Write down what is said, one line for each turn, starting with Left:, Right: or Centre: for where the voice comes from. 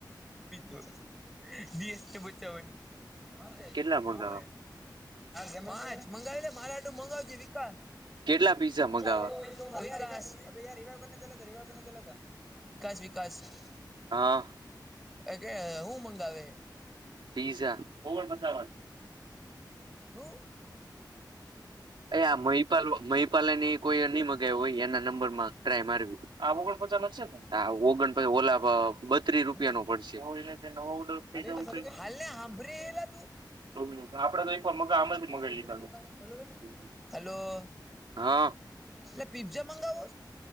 Centre: <unintelligible> હ <unintelligible> બીએસ બચાવાની હા
Right: કેટલા મગાવા
Centre: ભ મંગાવ લ મારાું મંગાવજે વિકાસ
Right: કેટલા પીઝા મગાવા
Centre: વિકાસ ચલા વિકાસ વિકાસ
Right: હા
Centre: કે હું મંગાવે
Right: પિઝા ઓવ પચાવટ
Centre: હમ.
Right: અ મહીપાલ મહીપાલ કોઈ નહી મગાવ હોય એના નંબર માં ટ્રાય માર્યું. આ ઓગણ પછા નથી છે ઓગણ પછી ઓલાબ બત્રીસ રૂપિયા
Centre: હમ
Right: નો પડશે નડ ક હોય
Centre: ખાલી ચાલુ
Right: તો
Centre: કરી હાલને હાંભરી હેલા તું
Right: આપડે તો એક વાર મગા આમાંથી
Centre: હા
Right: મગાવી
Centre: તે
Right: લીધા.
Centre: ભલે મંગાવ
Right: હમ
Centre: હલો
Right: હા
Centre: એ પિ્ઝા મંગાવો